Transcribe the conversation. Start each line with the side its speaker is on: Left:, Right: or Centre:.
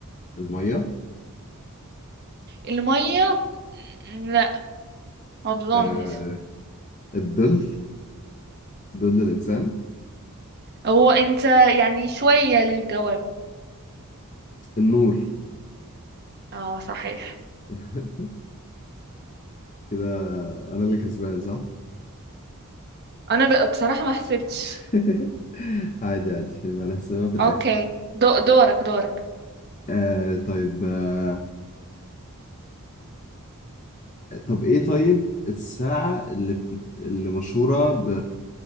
Left: المية
Right: المية لا ما بظنش
Left: آه الظل ظل الانسان
Right: هو انت يعني شوية للجواب
Left: النور
Right: اه صحيح
Left: <laughs> كده انا اللي كسبان صح
Right: انا ب- بصراحة ما حسبتش
Left: <laughs> عادي عادي يبقى نحسبها في الاخر
Right: اوكي دو دورك دورك
Left: آه طيب آه طب ايه طيب الساعة اللي بتت... اللي مشهورة ب...